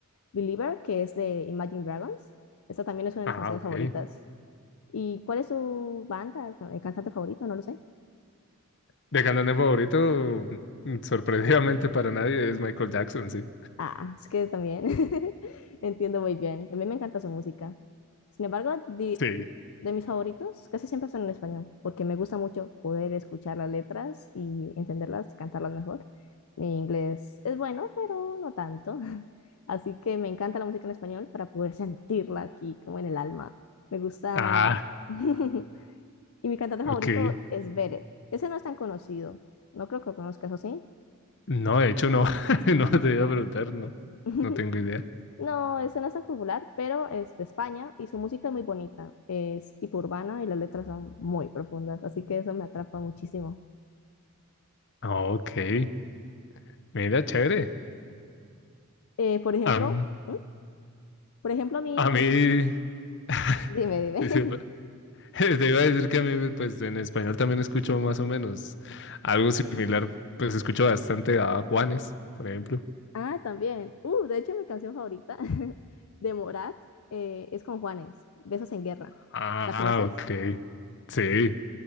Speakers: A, on the left; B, on the left.
A: Believer, que es de Imagine Dragons. Esa también es una de
B: Ah,
A: mis canciones
B: ok.
A: favoritas. ¿Y cuál es su banda, eh, cantante favorito? No lo sé.
B: De cantante favorito, sorprendidamente para nadie, es Michael Jackson, sí.
A: Ah, es que también <laughs> entiendo muy bien. También me encanta su música. Sin embargo, de,
B: Sí.
A: de mis favoritos casi siempre son en español, porque me gusta mucho poder escuchar las letras y entenderlas, y cantarlas mejor. Mi inglés es bueno, pero no tanto. <laughs> Así que me encanta la música en español para poder sentirla aquí, como en el alma. Me gusta.
B: Ah,
A: <laughs> Y mi cantante
B: ok.
A: favorito es Beret. Ese no es tan conocido. No creo que lo conozcas, ¿o sí?
B: No, de hecho, no. <laughs> No te iba a preguntar, no.
A: <laughs>
B: No tengo idea.
A: No, ese no es tan popular, pero es de España y su música es muy bonita. Es tipo urbana y las letras son muy profundas, así que eso me atrapa muchísimo.
B: Ah, Ok. Mira, chévere.
A: Eh, por ejemplo,
B: Am-
A: ¿Mm? por ejemplo, a mí
B: a
A: me...
B: mí. <laughs>
A: Dime, dime.
B: dice,
A: <laughs>
B: pa- <laughs> Te iba a decir que a mí, pues en español también escucho más o menos algo similar. Pues escucho bastante a Juanes, por ejemplo.
A: Ah, también. Uh, de hecho, mi canción favorita <laughs> de Morat eh, es con Juanes, Besos en Guerra.
B: Ah,
A: ¿La conoces?
B: ok. Sí.